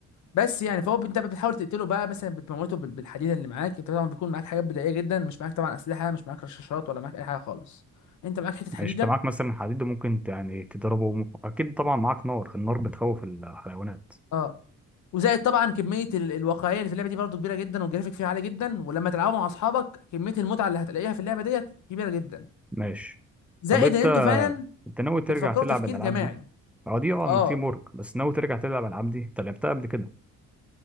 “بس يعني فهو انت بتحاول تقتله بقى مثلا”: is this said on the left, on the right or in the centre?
Left